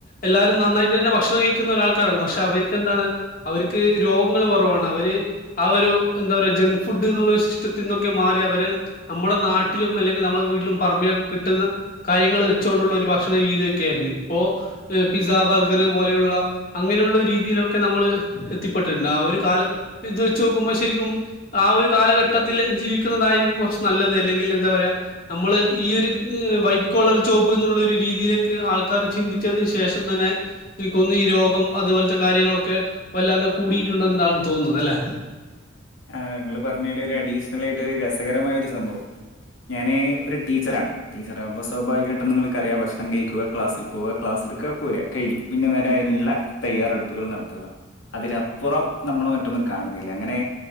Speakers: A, on the left (about 45°); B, on the left (about 75°).
A: എല്ലാവാരും നന്നായിട്ട് തന്നെ ഭക്ഷണം കഴിക്കുന്ന ഒരാൾക്കാരാണ് പക്ഷെ അവര്ക്ക് എന്താണ് അവര്ക്ക് രോഗങ്ങൾ കുറവാണ് അവര് ആ ഒരു ന്താ പറയ ജങ്ക് ഫുഡ് ന്നുള്ള സിസ്റ്റത്തിന്നൊക്കെ മാറി അവര് നമ്മടെ നാട്ടിലും അല്ലെങ്കിൽ നമ്മുടെ വീട്ടിലും പറമ്പിലും കിട്ടുന്ന കാര്യങ്ങൾ വെച്ചോണ്ടുള്ള ഒരു ഭക്ഷണ രീതിയൊക്കെയായിരുന്നു ഇപ്പോ പിസ്സ ബർഗർ പോലെയുള്ള അങ്ങനെയുള്ള രീതിയിലൊക്കെ നമ്മൾ എത്തിപ്പെട്ടിട്ട് ണ്ട് ആ ഒരു കാല ഇത് വെച്ച് നോക്കുമ്പോ ശരിക്കും ആ ഒരു കാലഘട്ടത്തിൽ ജീവിക്കുന്നതായിരിക്കും കൊർച്ച് നല്ലത് അല്ലെങ്കിൽ എന്താ പറയാ മ്മള് ഈ ഒരു വൈറ്റ് കോളർ ജോബ് എന്നുള്ള ഒരു രീതിയിലേക്ക് ആൾക്കാർ ചിന്തിച്ചത് ശെ ശേഷം തന്നെ എനിക്കോന്നുന്നു ഈ രോഗം അതുപോലത്തെ കാര്യങ്ങളൊക്കെ വല്ലാതെ കൂടിയിട്ടുണ്ടെന്നാണ് തോന്നുന്നത് ത് ല്ലേ
B: ആ ഇങ്ങള് പറഞ്ഞേല് ര് അഡീസ് ണലായിട്ട് ഒരു രസകരമായ ഒരു സംഭവം ഞാന് ഒരു ടീച്ചറാണ് ടീച്ചറാകുമ്പോ സ്വാഭാവികായിട്ടും നിങ്ങൾക്കറിയാം ഭക്ഷണം കഴിക്കുക ക്ലാസ്സിൽ പോവുക ക്ലാസ് ട്ക്ക പോര കഴിഞ്ഞു പിന്നെ വേറെ അയിനുള്ള തയ്യാറെടുപ്പുകൾ നടത്തുക അതിലപ്പുറം നമ്മൾ മറ്റൊന്നും കാണുന്നില്ല അങ്ങനെ